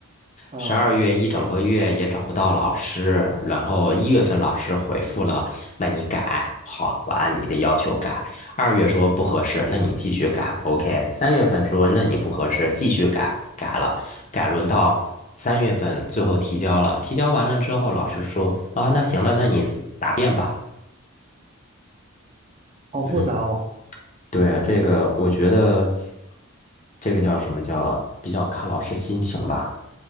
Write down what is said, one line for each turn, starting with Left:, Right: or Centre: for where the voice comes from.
Right: 啊
Left: 十二月一整个月也找不到老师，
Right: ，OK，
Left: 然后一月份老师回复了，那你改，好，我按你的要求改。二月说不合适，那你继续改，OK。三月份说那你不合适，继续改，改了，改轮到三月份最后提交了，提交完了之后，老师说啊，那行了，那你答辩吧。
Right: 好复杂哦。
Left: 嗯，对，这个我觉得这个叫什么叫比较看老师心情吧。